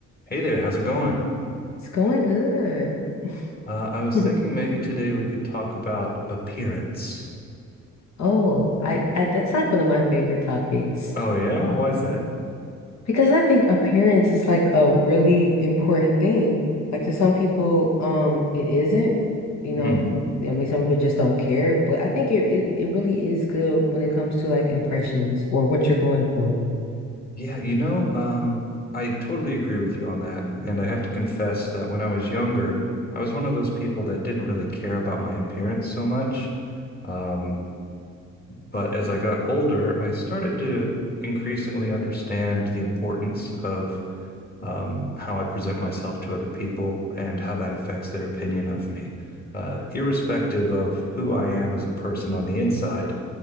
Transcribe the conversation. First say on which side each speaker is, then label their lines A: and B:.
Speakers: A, on the left (about 30°); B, on the left (about 60°).
A: Hey there, how's it going?
B: It's going good.
A: Uh, I was
B: <laughs>
A: thinking maybe today we could talk about appearance.
B: Oh, I, I that's like one of my favorite topics
A: Oh yeah? Why is that?
B: because I think appearance is like a really important thing. Like to some people, um, it isn't, you
A: Hmm.
B: know, I mean, some people just don't care, but I think it, it, it really is good when it comes to like impressions or what you're going for.
A: Yeah, you know, um, I totally agree with you on that. And I have to confess that when I was younger, I was one of those people that didn't really care about my appearance so much. Um, but as I got older, I started to increasingly understand the importance of um, how I present myself to other people and how that affects their opinion of me. Uh, irrespective of who I am as a person on the inside,